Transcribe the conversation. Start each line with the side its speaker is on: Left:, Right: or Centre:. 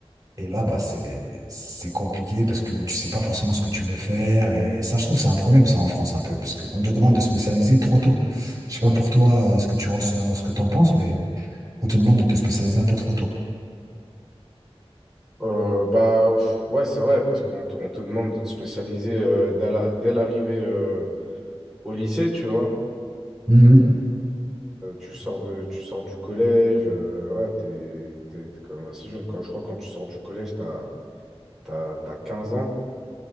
Right: et là, bah, c'est, c'est compliqué parce que tu sais pas forcément ce que tu veux faire. Et ça, je trouve, c'est un problème, ça, en France, un peu. Parce qu'on te demande de spécialiser trop tôt. Je sais pas pour toi, euh, ce que tu ressens, ce que t'en penses, mais on te demande de te spécialiser un peu trop tôt.
Centre: Euh, bah, pff, ouais, c'est vrai, parce qu'on te on te demande de te spécialiser euh, dès la- dès l'arrivée euh, au lycée, tu vois.
Right: Mhm.
Centre: Euh, tu sors de, tu sors du collège, euh, ouais, t'es, t'es, t'es quand même assez jeune. Quand, je crois que quand tu sors du collège, t'as, t'as, t'as 15 ans.